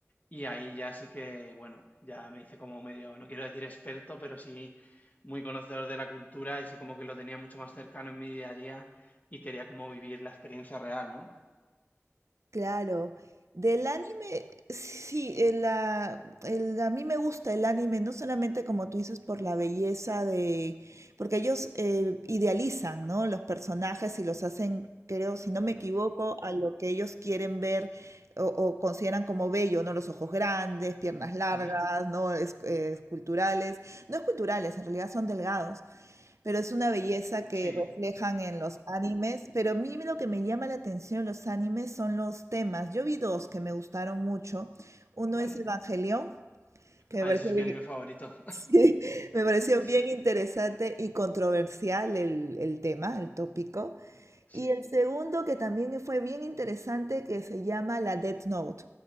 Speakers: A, on the left; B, on the right.
A: Y ahí ya sí que, bueno, ya me hice como medio, no quiero decir experto, pero sí muy conocedor de la cultura y sí como que lo tenía mucho más cercano en mi día a día y quería como vivir la experiencia real, ¿no?
B: Claro. Del anime, sí, sí, el, ah, el- a mí me gusta el anime, no solamente como tú dices, por la belleza de, porque ellos eh, idealizan, ¿no? Los personajes y los hacen, creo, si no me equivoco, a lo que ellos quieren ver o, o consideran como bello, ¿no? Los ojos grandes, piernas largas,
A: Ujú,
B: ¿no? Es- eh, esculturales, no esculturales, en realidad son delgados. Pero es una belleza que
A: Sí,
B: reflejan en los animes. Pero a mí lo que me llama la atención en los animes son los temas. Yo vi dos que me gustaron mucho. Uno
A: vale.
B: es Evangelion, que
A: Ah,
B: me pareció
A: ese es mi
B: bien,
A: anime favorito.
B: <laughs> sí, me pareció
A: <laughs> Sí,
B: bien interesante y controversial el, el tema, el tópico.
A: sí,
B: Y el segundo que también fue bien interesante, que se llama la Death Note,